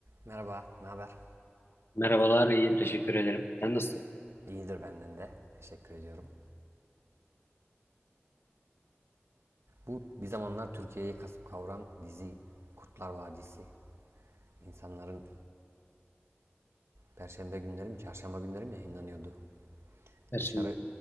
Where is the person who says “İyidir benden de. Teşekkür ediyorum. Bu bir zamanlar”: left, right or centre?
Right